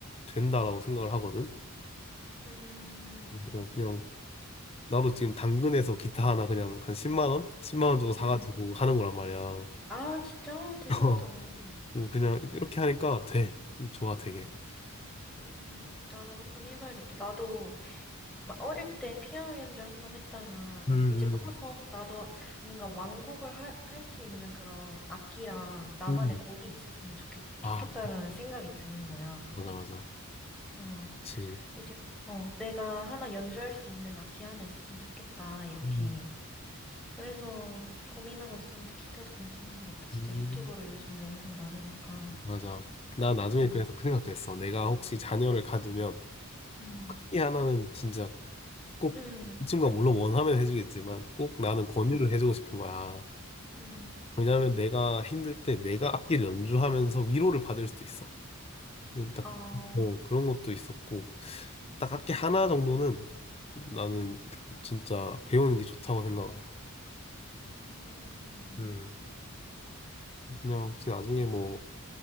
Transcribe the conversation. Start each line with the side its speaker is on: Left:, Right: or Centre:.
Left: 된다라고 생각을 하거든.
Centre: 음,
Left: 어, 그냥 나도 지금 당근에서 기타 하나 그냥 한 10만 원? 10만 원 주고 사가지고
Centre: 음.
Left: 하는 거란 말이야.
Centre: 아, 진짜? 대단하다,
Left: <laughs>
Centre: 너.
Left: 음, 그냥 이렇게 하니까 돼. 음, 좋아, 되게.
Centre: 음, 나도 한번 해봐야겠다. 나도 막 어릴 때 피아노 연주 한번 했다가
Left: 음,
Centre: 이제 커서
Left: 음,
Centre: 나도 뭔가 완곡을 할, 할 수 있는 그런 악기랑 나만의
Left: 음.
Centre: 곡이 있었으면 좋겠, 좋겠다라는
Left: 아,
Centre: 생각이 드는 거야.
Left: 맞아, 맞아.
Centre: 어,
Left: 그치.
Centre: 이제, 어, 내가 하나 연주할 수 있는 악기 하나 있었으면 좋겠다, 이렇게.
Left: 음,
Centre: 그래서 고민하고 있었는데 기타도 괜찮은 것 같아. 진짜
Left: 음.
Centre: 유튜브로 요즘 영상 많으니까.
Left: 맞아. 나 나중에
Centre: 음,
Left: 그래서 그 생각도 했어. 내가 혹시 자녀를 가지면
Centre: 음,
Left: 이 하나는 진짜 꼭
Centre: 음,
Left: 이 친구가 물론 원하면 해주겠지만 꼭 나는 권유를
Centre: 음,
Left: 해주고 싶은 거야.
Centre: 음,
Left: 왜냐하면 내가 힘들 때 내가 악기를 연주하면서 위로를 받을 수도 있어. 음, 딱,
Centre: 어,
Left: 뭐, 그런 것도 있었고, 딱
Centre: 음,
Left: 학기 하나 정도는 나는 진짜 배우는 게 좋다고 생각을 해.
Centre: 음,
Left: 음, 그냥 혹시 나중에 뭐,